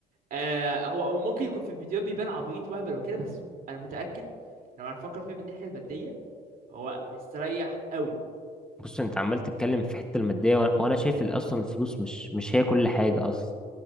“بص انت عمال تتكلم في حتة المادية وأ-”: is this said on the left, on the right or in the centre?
Centre